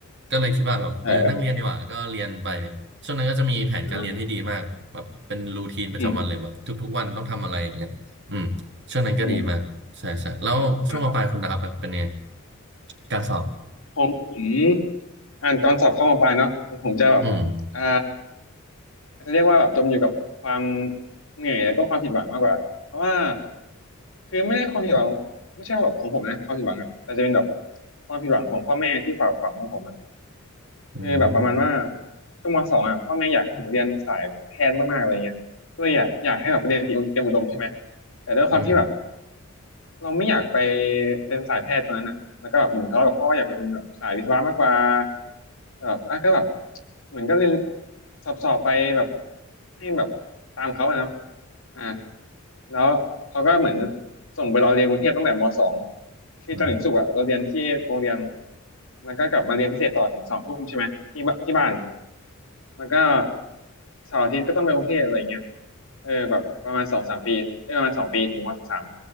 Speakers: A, on the right (about 55°); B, on the left (about 65°).
A: ก็เลยคิดว่าแบบเออนั่งเรียนดีกว่าก็เรียนไป
B: เออเออ
A: ช่วงนั้นก็จะมีแผนการเรียนที่ดีมากแบบเป็นรูทีนประจำวันเลยแบบทุกๆวันต้องทำอะไรอย่างเงี้ยอืมช่วงนั้นก็ดีมากใช่ใช่แล้วช่วงมปลายคุณดาบแบบเป็นไง
B: เอออืมอืมนะครับ
A: การสอบ
B: ของผมอ่านตอนสอบเข้ามปลายเนาะของผมจะแบบ
A: อืม
B: อ่าอาจจะเรียกว่าแบบจมอยู่กับความเหนื่อยแล้วก็ความผิดหวังมากกว่าเพราะว่าคือไม่ได้ความผิดหวังไม่ใช่ว่าแบบของผมนะความผิดหวังอะแต่จะเป็นแบบความผิดหวังของพ่อแม่ที่ฝากฝังกับผมอ่ะ
A: อืม
B: คือแบบประมาณว่าช่วงมสองอ่ะพ่อแม่อยากให้ผมเรียนสายแพทย์มากๆอะไรเงี้ยก็เลยอยากอยากให้แบบไปเรียนเตรียมอุดมใช่ไหมแต่ด้วยความที่แบบ
A: อืม
B: เราไม่อยากไปเป็นสายแพทย์ตอนนั้นอ่ะแล้วก็แบบเหมือนทะเลาะกับพ่อว่าอยากเป็นแบบสายวิศวะมากกว่าแต่แบบอ่ะก็แบบเหมือนก็เรียนสอบสอบไปแบบให้แบบตามเขาอะเนาะอ่าแล้วเขาก็เหมือนส่งไปเราเรียนกรุงเทพตั้งแต่มสองคือจันทร์ถึงศุกร์อะเราเรียนที่โรงเรียน
A: อืม
B: แล้วก็กลับมาเรียนพิเศษต่อถึงสองทุ่มใช่ไหมที่บที่บ้าน แล้วก็เสาร์อาทิตย์ก็ต้องไปกรุงเทพอะไรเงี้ยเออแบบประมาณสองสามปีเออประมาณสองปีถึงมสาม